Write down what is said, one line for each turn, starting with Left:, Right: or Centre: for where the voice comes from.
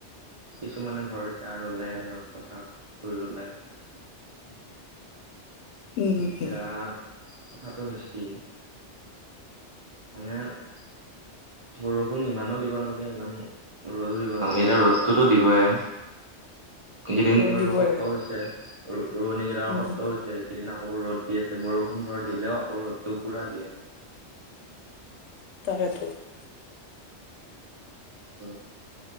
Right: কিছুমানে ধৰ এতিয়া ৰুলে, ধৰ পথাৰত ভুঁই ৰুলে। <unintelligible> <unintelligible>
Left: উম উম
Right: এতিয়া
Left: উম
Right: পথাৰটো বেছি। মানে <unintelligible> বৰষুণ ইমানো দিব নালাগে, ইমান ৰ'দো দিব নালাগে, এতিয়া ৰ'দটোতো দিবই। <unintelligible> এইকেইদিন
Left: ৰ'দ
Right: বাৰু
Left: দিবই
Right: কষ্ট হৈছে। ৰোৱনীবিলাকৰ
Left: উম
Right: কষ্ট হৈছে। <unintelligible> সেইদিনা আকৌ ৰ'দ দি আছে বৰষুণ ধৰ দিলেও আকৌ ৰদটো পুৰা দিয়ে। <unintelligible>
Left: তাকেটো <unintelligible>
Right: <unintelligible>